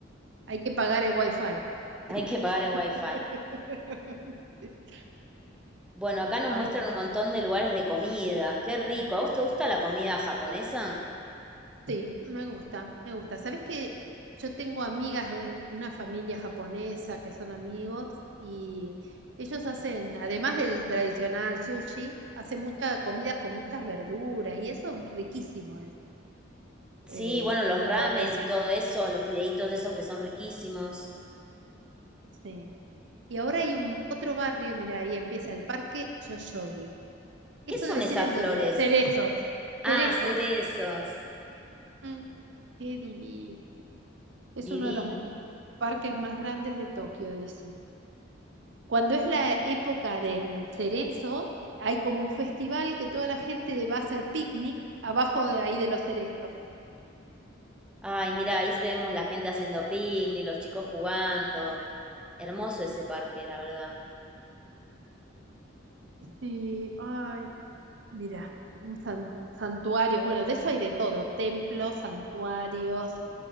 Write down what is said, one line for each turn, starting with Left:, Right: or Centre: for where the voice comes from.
Right: Hay que pagar el wifi.
Centre: Hay que pagar el wifi.
Right: <laughs>
Centre: Bueno, acá nos
Right: Ay,
Centre: muestran
Right: pues,
Centre: un montón de lugares de comida. Qué rico. ¿A vos te gusta la comida japonesa?
Right: sí, me gusta, me gusta. Sabes que yo tengo amigas, eh, una familia japonesa que son amigos y ellos hacen, además del tradicional sushi, hacen muchas comidas con muchas verduras y eso riquísimo es.
Centre: Sí,
Right: eh,
Centre: bueno, los
Right: es lo
Centre: ramen
Right: tradicional.
Centre: y todo eso, los fideitos esos que son riquísimos.
Right: Sí. Y ahora hay un otro barrio, mira, ahí empieza el parque Yoyogi.
Centre: ¿Qué
Right: Eso
Centre: son
Right: debe ser
Centre: esas
Right: el
Centre: flores?
Right: de los cerezos.
Centre: Ah,
Right: Cerezos.
Centre: cerezos.
Right: Mm. Qué divino. Es
Centre: Divino.
Right: uno de los parques más grandes de Tokio, dice. Cuando es la época del cerezo, hay como un festival que toda la gente va a hacer picnic abajo de ahí de los cerezos.
Centre: Ay, mira, ahí vemos la gente haciendo picnic, los chicos jugando. Hermoso ese parque, la verdad.
Right: Sí, ay, Mira, un san- santuarios, bueno, de eso hay de todo, templos, santuarios,